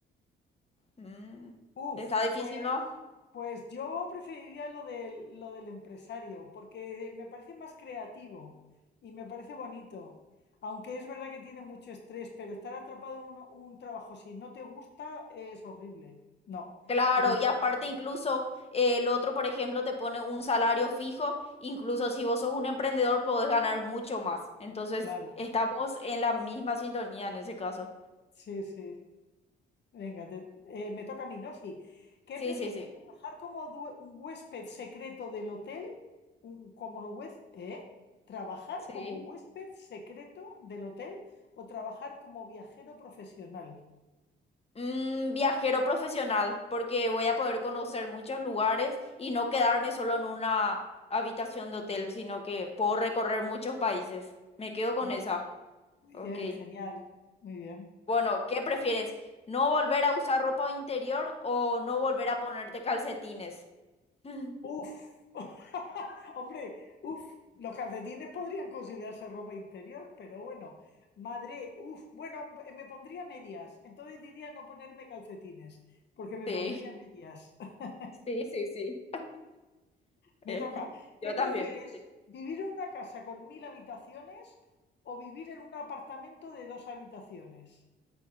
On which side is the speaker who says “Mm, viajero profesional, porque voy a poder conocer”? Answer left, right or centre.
Left